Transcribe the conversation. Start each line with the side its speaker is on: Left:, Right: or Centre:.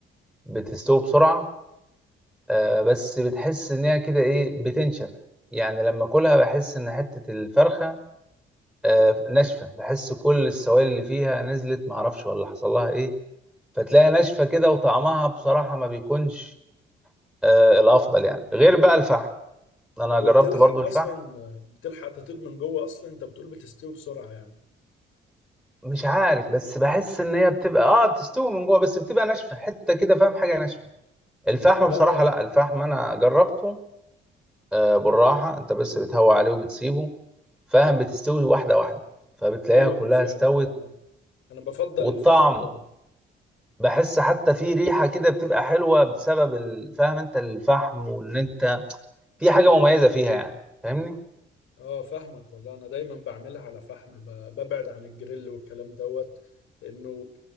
Centre: بتستوي بسرعه آه بس بتحس ان هي كده ايه بتنشف يعني لما اكلها بحس ان حته الفرخه آه ناشفه بحس كل السوائل اللي فيها نزلت معرفش ولا حصل لها ايه فتلاقيها ناشفه كده وطعمها بصراحه ما بيكونش آه الافضل يعني غير بقى الفحم انا
Left: طب وبتلحق
Centre: جربت برضو
Left: اصلا
Centre: الفحم
Left: بتلحق تطيب من جوه اصلا انت بتقول بتستوي بسرعه يعني
Centre: مش عارف بس بحس ان هي بتبقى اه بتستوي من جوه بس بتبقى ناشفه حته كده فاهم حاجه ناشفه الفحم
Left: اه
Centre: بصراحه
Left: لا لا
Centre: لا الفحم انا جربته آه بالراحه انت بس بتهوي عليه وبتسيبه فاهم بتستوي واحده واحده فبتلاقيها
Left: ايوه
Centre: كلها
Left: بالفعل
Centre: استوت
Left: انا انا بفضل
Centre: والطعم
Left: الفحم برضه
Centre: بحس حتى في ريحه كده بتبقى حلوه بسبب ال- فاهم انت الفحم وان انت في حاجه مميزه فيها يعني فاهمني
Left: اه فاهمك والله انا دايما بعملها على فحم ب- ببعد عن الجريل والكلام دوت لانه